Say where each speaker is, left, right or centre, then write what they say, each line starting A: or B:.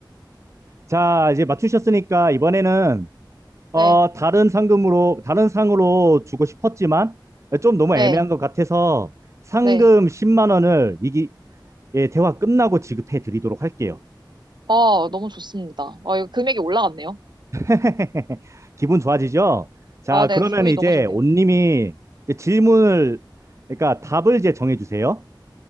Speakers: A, on the right; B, on the right.
A: 자, 이제 맞추셨으니까 이번에는
B: 네,
A: 어, 다른 상금으로 다른 상으로 주고 싶었지만 좀 너무
B: 네,
A: 애매한 것 같아서 상금
B: 네.
A: 10만 원을 이기 예, 대화 끝나고 지급해 드리도록 할게요.
B: 어, 너무 좋습니다. 어, 이거 금액이 올라갔네요.
A: <laughs> 기분 좋아지죠? 자,
B: 아, 네,
A: 그러면
B: 기분이
A: 이제
B: 너무 좋네요.
A: 온님이 이제 질문을 그러니까 답을 이제 정해 주세요.